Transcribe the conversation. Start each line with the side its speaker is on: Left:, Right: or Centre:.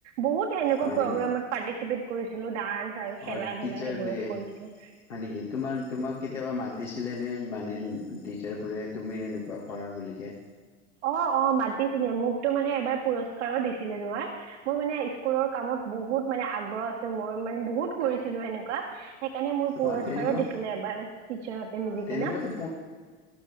Right: বহুত সেনেকুৱা
Left: হয়
Right: প্ৰগামত
Left: নেকি
Right: পাৰ্টিচিপেট কৰিছিলো ডান্স আৰু খেলা
Left: অ টিচাৰ
Right: ধুলা সেইবোৰত
Left: ডে
Right: কৰিছিলো।
Left: হয় নেকি। তোমাৰ তোমাক কেতিয়াবা মাতিছিলে নে মানে টিচাৰবোৰে। তুমি এনেকুৱা কৰা বুলিকে।
Right: অ, অ, মাতিছিলে মোকতো মানে এবাৰ পুৰস্কাৰো দিছিলে নোবাৰ মোৰ মানে। স্কুলৰ কামত বহুত মানে আগ্ৰহ আছিল। মই মানে বহুত কৰিছিলো সেনেকুৱা। সেইকাৰণে মোৰ পুৰস্কাৰো
Left: অ তেনেকুৱা
Right: দিছিলে এবাৰ টিচাৰহতে মিলি
Left: তেনেকুৱাতো
Right: কিনা।